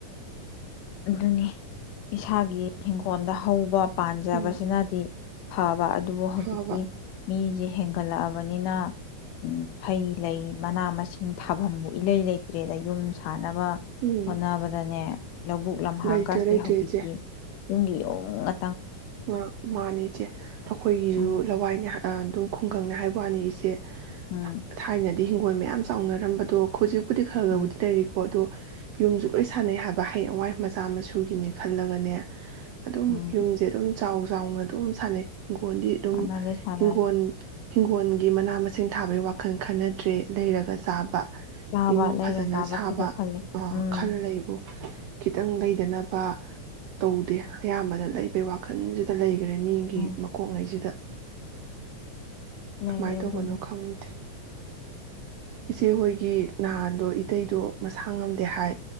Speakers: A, on the left; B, on the right.
A: ꯑꯗꯨꯅꯤ ꯏꯁꯥꯒꯤ ꯏꯪꯈꯣꯜꯗ ꯍꯧꯕ ꯄꯥꯟꯖꯕꯁꯤꯅꯗꯤ
B: ꯎꯝ
A: ꯍꯥꯥꯎ ꯑꯗꯨꯕꯨ ꯍꯧꯖꯤꯛꯇꯤ
B: ꯐꯕ
A: ꯃꯤꯁꯦ ꯍꯦꯟꯒꯠꯂꯛꯑꯕꯅꯤꯅ ꯍꯩ ꯂꯩ ꯃꯅꯥ ꯃꯁꯤꯡ ꯊꯥꯐꯝꯕꯨ ꯏꯂꯩ ꯂꯩꯇ꯭ꯔꯦꯗ ꯌꯨꯝ ꯁꯥꯟꯅꯕ ꯕꯥ
B: ꯎꯝ
A: ꯍꯣꯠꯅꯕꯗꯅꯦ ꯂꯧꯕꯨꯛ ꯂꯝꯍꯥꯡꯒꯁꯦ
B: ꯂꯩꯇ꯭ꯔꯦ ꯂꯩꯇ꯭ꯔꯦ
A: ꯍꯧꯖꯤꯛꯇꯤ
B: ꯏꯆꯦ
A: ꯌꯨꯡꯒꯤ ꯌꯨꯝ ꯉꯥ
B: ꯑ ꯃꯥꯅꯤ ꯏꯆꯦ ꯑꯩꯈꯣꯏꯒꯤꯁꯨ
A: ꯎꯝ
B: ꯂꯋꯥꯏꯅꯦ ꯑꯗꯨ ꯈꯨꯡꯒꯪꯅꯦ ꯍꯥꯏꯕ ꯋꯥꯅꯤ ꯏꯆꯦ
A: ꯎꯝ
B: ꯊꯥꯏꯅꯗꯤ ꯍꯤꯡꯒꯣꯜ ꯃꯌꯥꯝ ꯆꯥꯎꯅꯔꯝꯕꯗꯣ ꯈꯨꯖꯤꯛ ꯄꯨꯗꯤ ꯈꯒꯕꯨꯗꯤ
A: ꯎꯝ
B: ꯂꯩꯔꯤꯀꯣ ꯑꯗꯣ ꯌꯨꯝꯁꯨ ꯂꯣꯏ ꯁꯥꯟꯅꯩ ꯍꯥꯏꯕ ꯍꯌꯦꯡꯋꯥꯏ ꯃꯆꯥ ꯃ ꯁꯨꯒꯤꯅꯤ ꯈꯜꯂꯒꯅꯦ ꯑꯗꯨꯝ
A: ꯎꯝ
B: ꯌꯨꯝꯁꯦ ꯑꯗꯨꯝ ꯆꯥꯎ ꯆꯥꯎꯅ ꯑꯗꯨꯝ ꯁꯥꯟꯅꯩ ꯍꯤꯡꯒꯣꯜꯗꯤ ꯑꯗꯨꯝ
A: ꯁꯥꯟꯅꯔꯦ ꯁꯥꯟꯅꯔꯦ
B: ꯍꯤꯡꯒꯣꯟ ꯍꯤꯡꯒꯣꯜꯒꯤ ꯃꯅꯥ ꯃꯁꯤꯡ ꯊꯥꯕꯒꯤ ꯋꯥꯈꯜ ꯈꯟꯅꯗ꯭ꯔꯦ ꯂꯩꯔꯒ ꯆꯥꯕ
A: ꯆꯥꯕ
B: ꯏꯃꯨꯡ
A: ꯂꯩꯔ
B: ꯐꯖꯅ
A: ꯆꯥꯕꯁꯤꯗ
B: ꯁꯥꯕ
A: ꯈꯜꯂꯦ
B: ꯑ
A: ꯎꯝ
B: ꯈꯜ ꯂꯩꯕꯨ ꯈꯤꯇꯪ ꯂꯩꯗꯅꯕ ꯇꯧꯗꯦ ꯑꯌꯥꯝꯕꯅ ꯂꯩꯕꯩ ꯋꯥ ꯈꯟꯁꯤꯗ ꯂꯩ <unintelligible> ꯃꯤꯒꯤ
A: ꯎꯝ
B: ꯃꯀꯣꯛꯉꯩꯁꯤꯗ
A: ꯂꯩꯔꯦ
B: ꯀꯃꯥꯏꯅ ꯇꯧꯕꯅꯣ
A: ꯑꯗꯨꯅꯤ
B: ꯈꯪꯗꯦ ꯏꯆꯦꯍꯣꯏꯒꯤ ꯅꯍꯥꯟꯗꯣ ꯏꯇꯩꯗꯣ ꯃꯁꯥ ꯉꯝꯗꯦ ꯍꯥꯏ